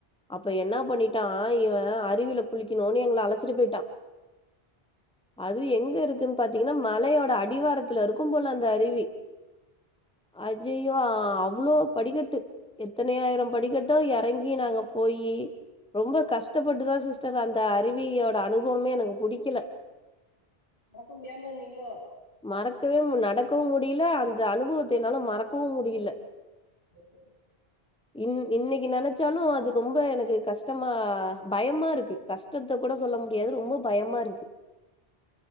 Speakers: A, in the centre; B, on the left.
A: அப்ப
B: ம்
A: என்னா பண்ணிட் நா இவன் அருவில குளிக்கணுன்னு எங்கள அழச்சிட்டு போய்ட்டா அதுவு எங்க இருக்குனு பாத்தீங்ன்னா மலையோட அடிவாரத்துல இருக்கும் போல அந்த தரிவி அஜய் யோ அவ்ளோ படிகட்டு எத்தனாயிரம் படிகட்டோ எறங்கி நாங்க போயி ரொம்ப கஷ்டப்பட்டுதா சிஸ்டர் அந்த அருவியோட அனுபவமே எனக்கு புடிக்கல
B: மறக்க முடியாம வந்தீங்ளோ
A: மறக்கவே முல நடக்கவும் முடியல அந்த அனுபவத்த என்னால மறக்கவும் முடியல
B: ஓகே
A: இன் இன்னைக்கி நெனைச்சாலு அது ரொம்ப எனக்கு கஷ்டமா பயமா இருக்கு கஷ்டத்த கூட சொல்ல முடியாது ரொம்ப பயமாருக்கு